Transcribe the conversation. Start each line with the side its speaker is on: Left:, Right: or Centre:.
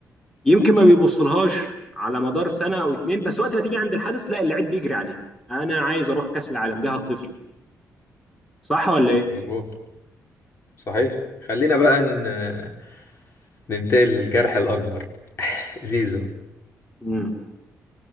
Centre: يمكن ما بيبصلهاش على مدار سنه او اتنين بس وقت ما تيجي عند الحدث لا اللعيب بيجري عليها انا عايز اروح كاس العالم دي هتضيف لي صح ولا
Left: مظبوط صحيح خلينا بقى ن- ننتقل للجرح الاكبر <laughs> زيزو
Centre: ايه؟